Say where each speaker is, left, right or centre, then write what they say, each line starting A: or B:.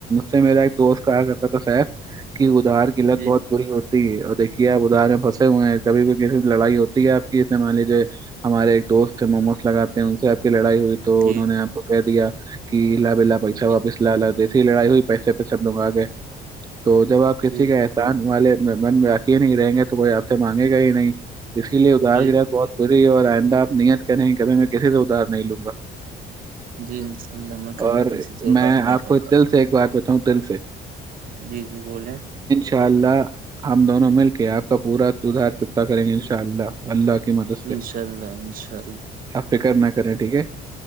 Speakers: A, on the right; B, on the right.
A: سے میرا ایک دوست کہا کرتا تھا ساب ادھار کی لت
B: جی
A: بہت بری ہوتی ہے اور دیکھیے آپ ادار میں پھنسے ہوئے ہیں کبھی بھی کسی لڑائی ہوتی ہے آپ کی مان لیجیے ہمارے ایک دوست ہے م لگاتے ہیں ان سے کی لڑائی ہوئی تو
B: جی
A: انہوں نے آپ کو کہہ دیا کہ لالا پیس
B: جی
A: واپس لا جسی لڑائی ہوئی پیسے پہ سب لوگ آگے تو جب آپ کسی
B: جی بالکل
A: کے احسان والے من میں رکے ہی نہیں رہیں گے تو وہ ہاتھ سے مانگے گا ہی نہیں اس کے لیے ادہار
B: جی
A: کیرد بہت بری ہے اور آئ آپ نیت کریں گے کبھی میں کسی سے اتار نہیں لوں گا
B: جی انشاء اللہ میں کبھی
A: اور
B: کسی سے ادار
A: میں
B: نہیں
A: آپ
B: لوں
A: کو
B: گا
A: دل سے ایک بات بتاؤں دل سے
B: جی جی بولےیں
A: ان شاء اللہ ہم دونوں مل کے آپ کا پورا تدھار کتتا کریں گے انشاء اللہ اللہ کی مدد سے
B: انشاء اللہ انشاء اللہ
A: فکر نہ کریں ٹھیک ہے